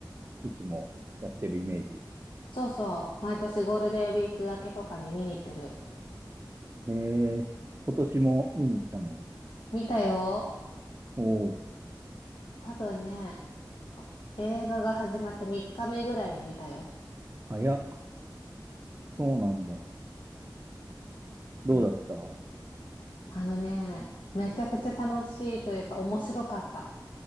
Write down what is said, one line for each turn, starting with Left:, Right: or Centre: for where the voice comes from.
Right: いつもやってるイメージ。
Left: そうそう。毎年ゴールデンウィーク明けとかに見に行ってる。
Right: ええ、今年も見に行ったの
Left: 見たよ。
Right: おおー、
Left: 多分ね、映画が始まって3日目ぐらいに見たよ。
Right: 早っ。そうなんだ。どうだったう
Left: め、あのね、めちゃくちゃ楽しいというか面白かった。